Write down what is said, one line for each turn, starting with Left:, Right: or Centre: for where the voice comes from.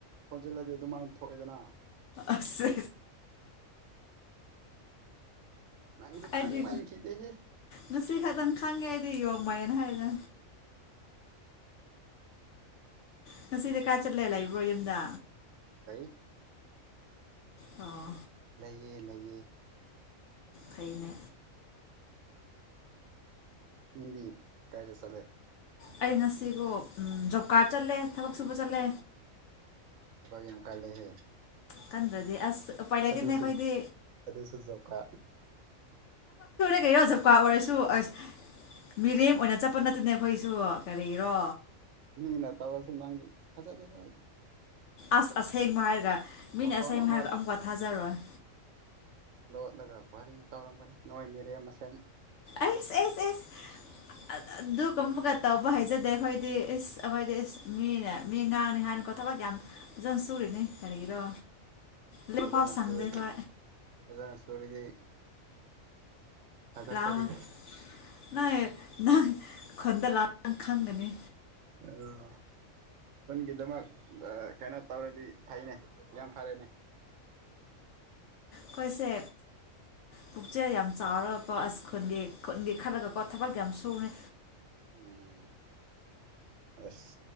Right: ꯊꯣꯟꯖꯤꯜꯂꯗꯤ ꯑꯗꯨꯃꯥꯏꯅ ꯊꯣꯛꯑꯦꯗꯅ
Left: ꯑꯁꯦ
Right: ꯅꯪꯁꯨ
Left: ꯑꯩꯗꯤ
Right: ꯊꯪ ꯃꯥꯟꯈꯤꯗꯦꯍ
Left: ꯉꯁꯤ ꯈꯛꯇꯪ ꯈꯪꯉꯦ ꯑꯩꯗꯤ ꯌꯣꯡ ꯃꯌꯦꯅ ꯍꯥꯏꯗ ꯉꯁꯤꯗꯤ ꯀꯥ ꯆꯠꯂꯦ ꯂꯩꯕ꯭ꯔꯣ ꯌꯨꯝꯗ
Right: ꯂꯩꯏ
Left: ꯑꯣ
Right: ꯂꯩꯌꯦ ꯂꯩꯌꯦ
Left: ꯐꯥꯏꯩꯅ
Right: ꯎꯗꯤ ꯀꯥꯒ ꯆꯂꯦ
Left: ꯑꯩ ꯉꯁꯤꯕꯨꯣ ꯖꯣꯕ ꯀꯥꯔꯠ ꯆꯠꯂꯦ ꯊꯕꯛ ꯁꯨꯕ ꯆꯠꯂꯦ
Right: ꯊꯈ ꯌꯥꯝ ꯀꯥꯏꯂꯦꯍꯦ
Left: ꯀꯟꯗ꯭ꯔꯗꯤꯦ ꯑꯁ ꯎꯄꯥꯏ ꯂꯩꯇꯦꯅꯦ
Right: ꯑꯗꯣꯁꯨ
Left: ꯑꯩꯈꯣꯏꯗꯤ
Right: ꯑꯗꯨꯗꯁꯨꯖꯧꯀꯥ
Left: ꯀꯣꯖꯀꯥ ꯑꯣꯏꯔꯁꯨ ꯑꯁ ꯃꯤꯔꯦꯝ ꯑꯣꯏꯅ ꯆꯠꯄ ꯅꯠꯇꯦꯅꯦ ꯑꯩꯈꯣꯏꯁꯨ ꯀꯔꯤꯔꯣ
Right: ꯃꯤ ꯅ ꯇꯕꯁꯨ ꯅꯪꯂꯤ ꯊꯆꯗꯦ ꯇꯥꯏ
Left: ꯑꯁ ꯑꯁꯦꯡꯕ ꯍꯥꯏꯔꯒ ꯃꯤꯅ
Right: ꯃꯐꯝ
Left: ꯑꯁꯦꯡꯕ
Right: ꯑꯃ
Left: ꯍꯥꯏꯔꯒ ꯑꯃꯨꯛꯀ ꯊꯥꯖꯔꯣꯏ
Right: ꯂ ꯋꯥꯔꯤ ꯇꯧꯔꯝꯒꯅꯤ ꯅꯣꯡꯣꯏ ꯃꯔꯦ ꯃꯁꯦꯟ
Left: ꯑꯁ ꯑꯁ ꯑꯁꯗꯨ ꯀꯨꯝꯕꯒ ꯇꯧꯕ ꯍꯩꯖꯗꯦ ꯑꯩꯈꯣꯏꯗꯤ ꯏꯁ ꯑꯩꯈꯣꯏꯗꯤ ꯏꯁ ꯃꯤꯅꯦ ꯃꯤ ꯉꯥꯡꯅꯤ ꯍꯥꯏꯅꯀꯣ ꯊꯕꯛ ꯌꯥꯝ ꯑꯣꯖꯅ ꯁꯔꯤꯅꯦ ꯀꯒꯥꯔꯤꯒꯤꯔꯣ ꯂꯣꯏ
Right: ꯐꯖꯅ
Left: ꯄꯥꯎ ꯁꯪꯗꯦ
Right: ꯁꯨꯔꯗꯤ
Left: ꯈꯣ
Right: ꯐꯖꯅ ꯁꯨꯔꯗꯤ ꯊꯥꯒꯠꯆꯔꯤ
Left: ꯂꯥꯛꯂ ꯅꯣꯏ ꯅꯪ ꯈꯨꯟꯗ ꯂꯥꯛ ꯈꯪꯒꯅꯤ
Right: ꯑ <inaudible> ꯈꯨꯟꯒꯤꯗꯃꯛ ꯀꯩꯅꯣ ꯇꯧꯔꯗꯤ ꯐꯩꯅꯦ ꯌꯥꯝ ꯐꯔꯦꯅꯦ
Left: ꯀꯣꯏꯁꯦ ꯄꯨꯛꯆꯦ ꯌꯥꯝ ꯆꯥꯎꯔꯀꯣ ꯑꯁ ꯈꯨꯟꯒꯤ ꯈꯨꯟꯒꯦ ꯈꯜꯂꯒꯀꯣ ꯊꯕꯛ ꯌꯥꯝ ꯁꯨꯉ
Right: ꯎꯝ ꯑꯁ